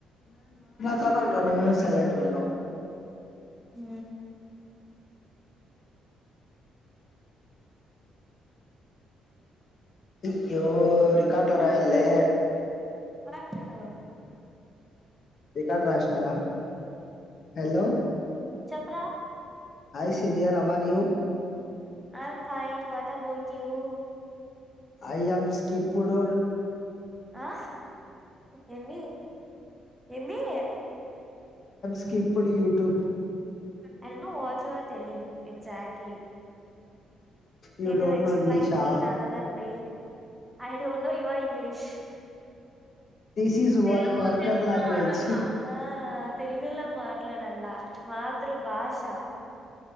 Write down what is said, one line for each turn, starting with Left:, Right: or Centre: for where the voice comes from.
Left: సర్వాడ్ సైలట్ బన
Centre: హ
Left: అయ్యో రికార్డులు రాయాలి
Centre: పట్లలో
Left: రికార్డ్ రాసినారా హలో
Centre: చెప్పురా
Left: hi senior how are you
Centre: I'm fine what about you
Left: I am skip కుడురు
Centre: ఆ ఏమి ఏంది
Left: స్కిప్పుడు యూట్యూబ్
Centre: అ వాచ్వా తెలి exactly can
Left: you
Centre: you
Left: don't
Centre: explain
Left: know ఇంగ్లీషా
Centre: me in another way I don't know your English
Left: this is వర్
Centre: తెలుగు
Left: వర్గర్
Centre: తెలుగు
Left: లాంగ్వేజ్
Centre: ఆ తెలుగులో మాట్లాడాల మాతృభాష